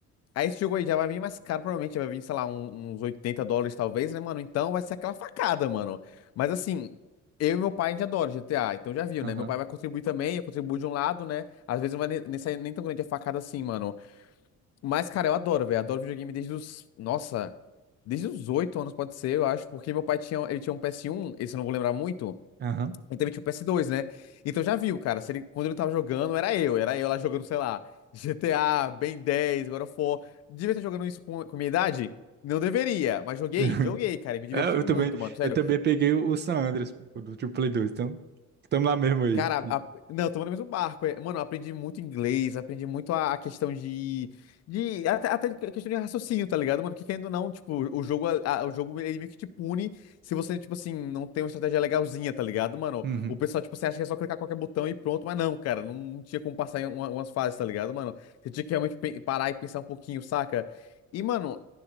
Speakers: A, on the left; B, on the right.
A: Aí esse jogo aí já vai vir mais caro, provavelmente. Vai vir, sei lá, um- uns 80 dólares, talvez, né, mano? Então vai ser aquela facada, mano. Mas assim, eu e meu pai, a gente adora GTA, então já viu,
B: aham,
A: né? Meu pai vai contribuir também, eu contribuo de um lado, né? Às vezes não vai ne- nem sair nem tão grande a facada assim, mano. Mas, cara, eu adoro, velho. Adoro videogame desde os. Nossa, desde os oito anos, pode ser, eu acho, porque meu pai tinha. Ele tinha um PS1, esse eu não vou lembrar muito.
B: aham.
A: E também tinha o PS2, né? Então já viu, cara. Se ele, quando ele tava jogando, era eu. Era eu lá jogando, sei lá, GTA, Ben dez God of War. Devia estar jogando isso com, com minha idade? Não deveria, mas joguei,
B: <laughs>
A: joguei, cara. E me diverti
B: É, eu
A: muito,
B: também,
A: mano. Sério.
B: eu também peguei o o San Andreas, pô, do Play 2, então estamos lá mesmo aí.
A: Cara, a- não, estamos no mesmo barco. é. Mano, eu aprendi muito inglês, aprendi muito a, a questão de, de até, até de questão de raciocínio, tá ligado, mano? Porque querendo ou não, tipo, o jogo, a- o jogo ele meio que te pune se você, tipo assim, não tem uma estratégia legalzinha, tá ligado, mano?
B: Uhum,
A: O pessoal, tipo, você acha que é só clicar qualquer botão e pronto, mas não, cara, não, não tinha como passar em uma- umas fases, tá ligado, mano? Você tinha que realmente pe- parar e pensar um pouquinho, saca? E, mano,